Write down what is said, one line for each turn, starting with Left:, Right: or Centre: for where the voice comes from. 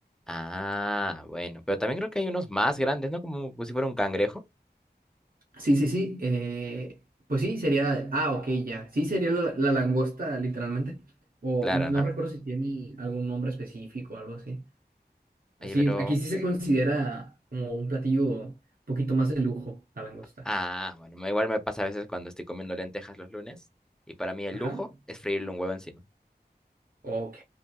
Centre: ah, bueno. Pero también creo que hay unos más grandes, ¿no? Como, como si fuera un cangrejo.
Right: Sí, sí, sí. eh, pues sí, sería. Ah, ok, ya. Sí, sería la, la langosta, literalmente. O
Centre: Claro,
Right: no, no
Centre: ¿no?
Right: recuerdo si tiene algún nombre específico o algo así. Así,
Centre: Oye, pero...
Right: aquí sí se considera como un platillo un poquito más de lujo, la langosta.
Centre: Ah, bueno, me- igual me pasa a veces cuando estoy comiendo lentejas los lunes. Y para mí el
Right: Ajá.
Centre: lujo es freírle un huevo encima.
Right: Ok.